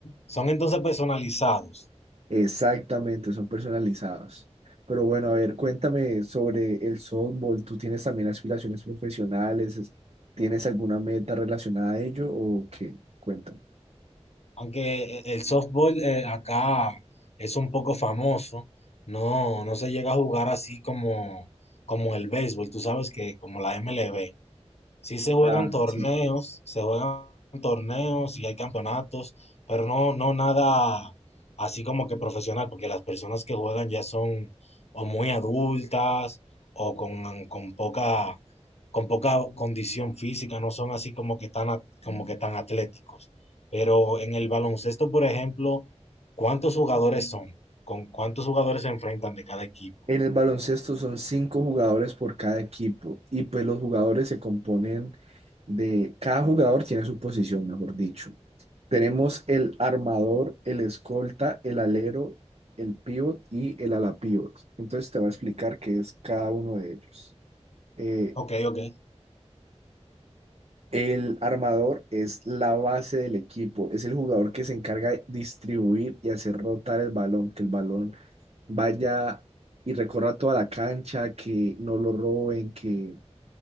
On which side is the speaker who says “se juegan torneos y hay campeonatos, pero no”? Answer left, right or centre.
Left